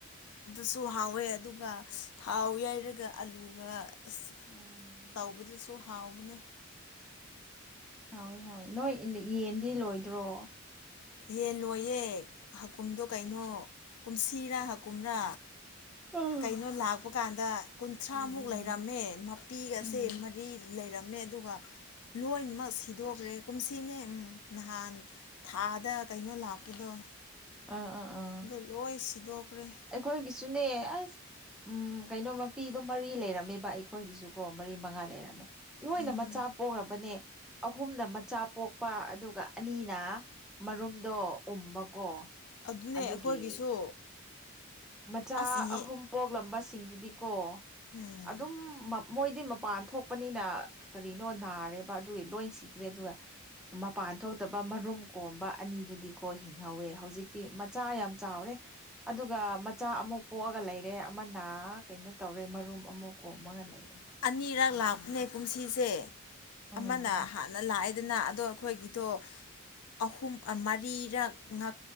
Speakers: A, on the left (about 85°); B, in the centre.
A: ꯑꯗꯨꯁꯨ ꯍꯥꯎꯋꯦ ꯑꯗꯨꯒ ꯊꯥꯎ ꯌꯥꯏꯔꯒ ꯑꯂꯨꯒ ꯑꯁ
B: ꯎꯝ
A: ꯇꯧꯕꯗꯁꯨ ꯍꯥꯎꯕꯅꯦ
B: ꯍꯥꯎꯋꯤ ꯍꯥꯎꯋꯤ ꯅꯣꯏ ꯌꯦꯟꯗꯤ ꯂꯣꯏꯗ꯭ꯔꯣ
A: ꯌꯦꯟ ꯂꯣꯏꯌꯦ ꯍꯀꯨꯝꯗꯣ ꯀꯩꯅꯣ ꯀꯨꯝꯁꯤꯔꯥ ꯍꯀꯨꯝꯔꯥ
B: ꯎꯝ
A: ꯀꯩꯅꯣ ꯂꯥꯛꯄ ꯀꯥꯟꯗ ꯀꯨꯟꯊ꯭ꯔꯥꯃꯨꯛ
B: ꯎꯝ
A: ꯂꯩꯔꯝꯃꯦ ꯄꯤꯒꯁꯦ
B: ꯎꯝ
A: ꯃꯔꯤ ꯂꯩꯔꯝꯃꯦ ꯑꯗꯨꯒ ꯂꯣꯏꯅꯃꯛ ꯁꯤꯗꯣꯛꯈ꯭ꯔꯦ ꯀꯨꯝꯁꯤꯅꯦ ꯅꯍꯥꯟ ꯊꯥ ꯗ ꯀꯩꯅꯣ ꯂꯥꯛꯄꯗꯣ
B: ꯑꯥ ꯑꯥ ꯑꯥ
A: ꯑꯗꯨ ꯂꯣꯏ ꯁꯤꯗꯣꯛꯈ꯭ꯔꯦ
B: ꯑꯩꯈꯣꯏꯒꯤꯁꯨꯅꯦ ꯑꯁ ꯎꯝ ꯀꯩꯅꯣ ꯃꯄꯤꯗꯣ ꯃꯔꯤ ꯂꯩꯔꯝꯃꯦꯕ ꯑꯩꯈꯣꯏꯒꯤꯁꯨꯀꯣ ꯃꯔꯤ ꯃꯉꯥ ꯂꯩꯔꯝꯃꯦ ꯂꯣꯏꯅ
A: ꯎꯝ
B: ꯃꯆꯥ ꯄꯣꯛꯅꯕꯅꯦ ꯑꯍꯨꯝꯅ ꯃꯆꯥ ꯄꯣꯛꯄ ꯑꯗꯨꯒ ꯑꯅꯤꯅ ꯃꯔꯨꯝꯗꯣ ꯎꯝꯕꯀꯣ
A: ꯑꯗꯨꯅꯦ
B: ꯑꯗꯨꯒꯤ
A: ꯑꯩꯈꯣꯏꯒꯤꯁꯨ
B: ꯃꯆꯥ
A: ꯑꯁ ꯌꯦ
B: ꯑꯍꯨꯝ ꯄꯣꯛꯂꯝꯕꯁꯤꯡꯗꯨꯗꯤꯀꯣ
A: ꯎꯝ
B: ꯑꯗꯨꯝ ꯃꯣꯏꯗꯤ ꯃꯄꯥꯟ ꯊꯣꯛꯄꯅꯤꯅ ꯀꯔꯤꯅꯣ ꯅꯥꯔꯦꯕ ꯑꯗꯨꯒꯤ ꯂꯣꯏ ꯁꯤꯈ꯭ꯔꯦ ꯑꯗꯨꯒ ꯃꯄꯥꯟ ꯊꯣꯛꯇꯕ ꯃꯔꯨꯝ ꯀꯣꯝꯕ ꯑꯅꯤꯗꯨꯗꯤꯀꯣ ꯍꯤꯡꯍꯧꯋꯦ ꯍꯧꯖꯤꯛꯇꯤ ꯃꯆꯥ ꯌꯥꯝ ꯆꯥꯎꯔꯦ ꯑꯗꯨꯒ ꯃꯆꯥ ꯑꯃꯨꯛ ꯄꯣꯛꯑꯒ ꯂꯩꯔꯦ ꯑꯃꯅ ꯀꯩꯅꯣ ꯇꯧꯔꯦ ꯃꯔꯨꯝ ꯑꯃꯨꯛ ꯀꯣꯟꯂꯒ ꯂꯩꯔꯦ
A: ꯑꯅꯤꯔꯛ ꯂꯥꯛꯄꯅꯦ ꯀꯨꯝꯁꯤꯁꯦ
B: ꯎꯝ
A: ꯑꯃꯅ ꯍꯥꯟꯅ ꯂꯥꯛꯏ ꯑꯗꯨꯅ ꯑꯗꯣ ꯑꯩꯈꯣꯏꯒꯤꯗꯣ ꯑꯍꯨꯝ ꯃꯔꯤꯔꯛ ꯉꯥ